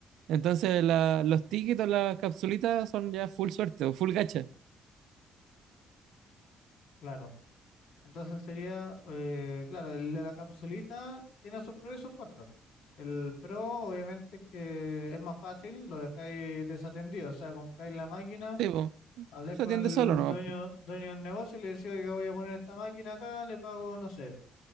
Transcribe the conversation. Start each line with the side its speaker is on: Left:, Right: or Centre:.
Right: Entonces la- los tickets, o las capsulitas son ya full suerte o full gacha.
Left: claro. Entonces sería, eh, claro, el de la capsulita tiene sus pros y sus contras. El pro, obviamente, es que es más fácil, lo dejáis desatendido, o sea, compráis la máquina,
Right: Sí, pues,
Left: habláis
Right: se
Left: con
Right: atiende
Left: el
Right: solo nomás,
Left: dueño,
Right: pues,
Left: dueño del negocio y le decís, oiga, voy a poner esta máquina acá, le pago, no sé,